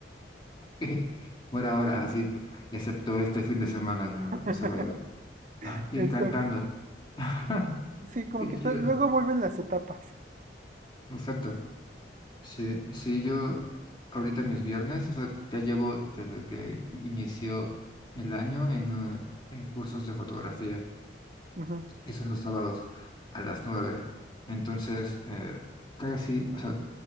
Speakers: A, on the left; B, on the right.
A: <laughs> Por ahora, así, p- excepto este fin de semana que me
B: <laughs>
A: la pasé bailando <laughs> y
B: Exacto.
A: cantando. <laughs>
B: Sí, como
A: Qué
B: que
A: chido,
B: tal- luego vuelven las etapas.
A: exacto. Sí, sí, yo ahorita mis viernes, o sea, ya llevo desde que i- inició el año en, eh, en cursos de fotografía.
B: Ujú,
A: y son los sábados a las nueve Entonces, eh, casi, o sea,